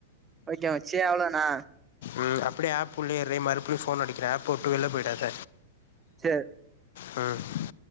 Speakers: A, on the right; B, on the left.
A: ஓகே மச்சி அவ்வளோனா
B: ம் அப்டியே ஆப் உள்ளேயே இரு மறுபடியு ஃபோன் அடிக்கிறே ஆப்ப உட்டு வெள்ல போயிடாத
A: சேரி
B: ம்